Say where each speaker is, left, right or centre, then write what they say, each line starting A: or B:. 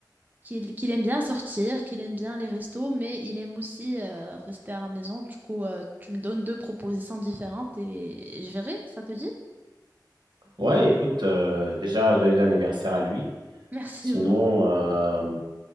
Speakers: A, on the right; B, on the right.
A: qu'il, qu'il aime bien sortir, qu'il aime bien les restos, mais il aime aussi euh, rester à la maison. Du coup, euh, tu me donnes deux propositions différentes et et je verrai, ça te dit?
B: Ouais, écoute, euh, déjà, joyeux anniversaire à lui.
A: Merci
B: Sinon,
A: beaucoup.
B: euh,